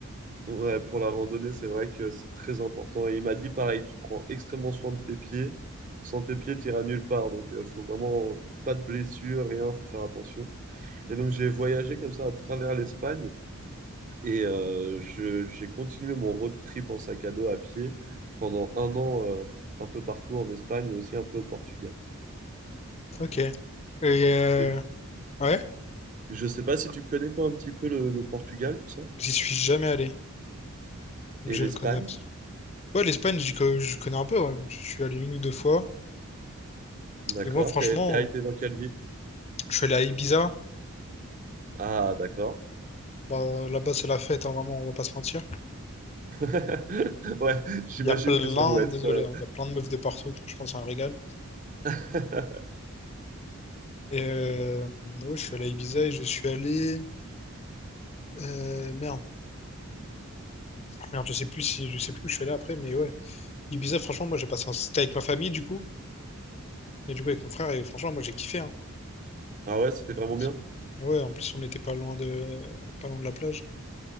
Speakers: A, on the right; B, on the left.
A: ouais, pour la randonnée, c'est vrai que c'est très important. Et il m'a dit pareil, tu prends extrêmement soin de tes pieds. Sans tes pieds, tu iras nulle part. Donc, il faut vraiment pas de blessures, rien, faut faire attention. Et donc, j'ai voyagé comme ça à travers l'Espagne et euh, je- j'ai continué mon road trip en sac à dos à pied pendant un an, euh, un peu partout en Espagne, et aussi un peu au Portugal.
B: ok. Et euh,
A: Et
B: ouais,
A: je sais pas si tu connais, toi, un petit peu le, le Portugal, tout ça,
B: j'y suis jamais allé, donc
A: et
B: je
A: l'Espagne.
B: ne connais absolument. Ouais, l'Espagne, j'y co- je connais un peu, ouais. Je suis allé une ou deux fois.
A: D'accord.
B: Et moi, franchement,
A: T'es- T'as été dans quelle ville?
B: je suis allé à Ibiza.
A: Ah, d'accord.
B: Bah, là-bas, c'est la fête, hein, vraiment, on va pas se mentir.
A: <laughs> Ouais, j'imagine
B: Il y a plein,
A: que ça doit être.
B: désolé,
A: euh,
B: hein, il y a plein de meufs de partout. Franchement, c'est un régal.
A: <laughs>
B: Et euh, ouais, je suis allé à Ibiza et je suis allé. euh, merde, merde, je sais plus si, je sais plus où je suis allé après, mais ouais. Ibiza, franchement, moi, j'ai passé un... C'était avec ma famille, du coup, et du coup, avec mon frère, et franchement, moi, j'ai kiffé. Hein.
A: Ah ouais, c'était vraiment
B: Franchement,
A: bien.
B: c'est- et Ouais, en plus, on n'était pas loin de, pas loin de la plage.